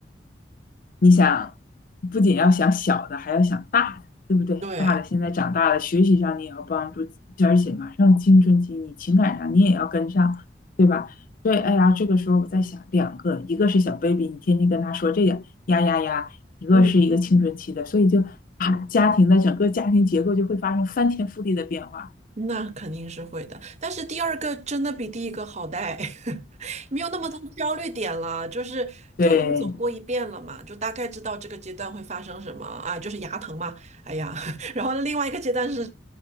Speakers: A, on the left (about 50°); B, on the right (about 40°).
A: 你想，不仅要想小的，还要想大的，对不对？
B: 对，
A: 大的现在长大了，学习上你也要帮助，而且马上青春期，你情感上你也要跟上，对吧？所以，哎呀，这个时候我在想，两个，一个是小 baby，你天天跟他说这个呀呀呀，一个是一个青春期的，
B: 嗯，
A: 所以就啊，家庭的整个家庭结构就会发生翻天覆地的变化。
B: 那肯定是会的。但是第二个真的比第一个好带，<laughs> 没有那么多焦虑点了，就是都已经走过一遍了嘛，
A: 对
B: 就大概知道这个阶段会发生什么啊，就是牙疼嘛，哎呀，<laughs> 然后另外一个阶段是，